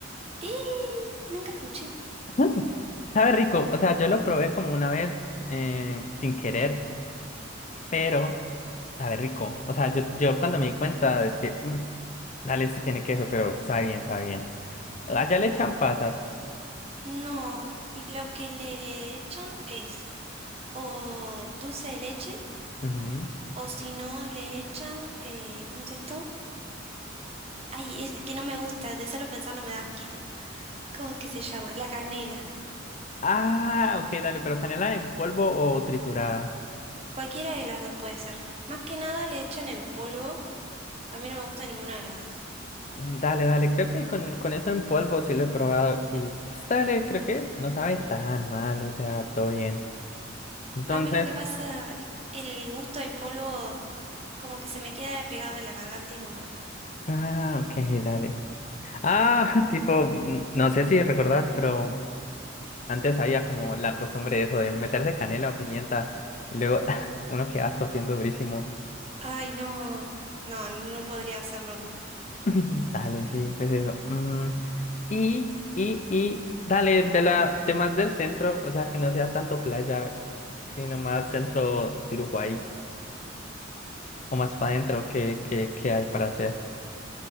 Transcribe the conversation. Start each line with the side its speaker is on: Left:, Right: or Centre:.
Right: ¡Eh! Nunca escuché.
Left: <laughs> Sabe rico, o sea, yo lo probé como una vez eh, sin querer, pero sabe rico. O sea, yo, yo cuando me di cuenta es que, mm, dale, esto tiene queso, pero sabe bien, sabe bien. Allá le echan pasas.
Right: No, lo que le echan es o dulce de leche
Left: Ujú.
Right: o si no le echan, eh, ¿cómo es esto? Ay, es que no me gusta, de solo pensarlo me da asquito. ¿Cómo es que se llama? La canela.
Left: Ah, ok, dale, pero canela en polvo o triturada.
Right: Cualquiera de las dos puede ser. Más que nada le echan en polvo. A mí no me gusta ninguna de las dos.
Left: Mm, Dale, dale, creo que con, con eso en polvo sí lo he probado y pues dale, creo que no sabe tan mal, o sea, todo bien. Entonces,
Right: A mí lo que pasa, es el gusto del polvo como que se me queda pegado en la garganta y no me gusta.
Left: ah, ok, dale. Ah, <laughs> tipo, mm, no sé si recordás, pero antes había como la costumbre de eso de meterse canela o pimienta y luego <laughs> uno queda tosiendo durísimo.
Right: Ay, no, no, no podría hacerlo nunca.
Left: <laughs> Dale, sí, pues eso. Mm, y, y, y, dale, de la, de más del centro, o sea, que no sea tanto playa, sino más centro de Uruguay. o más para adentro, ¿qué, qué, qué hay para hacer?